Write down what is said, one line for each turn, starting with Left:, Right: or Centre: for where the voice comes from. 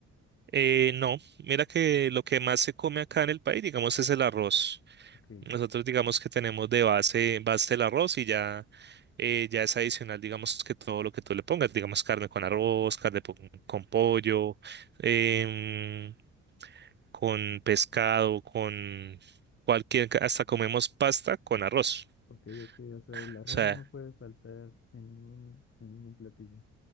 Right: Eh, no, mira que lo que más se come acá en el país, digamos, es el arroz.
Left: Ok,
Right: Nosotros digamos que tenemos de base, base el arroz y ya, eh, ya es adicional, digamos que todo lo que tú le pongas, digamos carne con arroz, carne po- con pollo, em, con pescado, con cualquier, hasta comemos pasta con arroz.
Left: ok, ok. O sea,
Right: O
Left: el arroz
Right: sea,
Left: no puede faltar en ningún, en ningún platillo.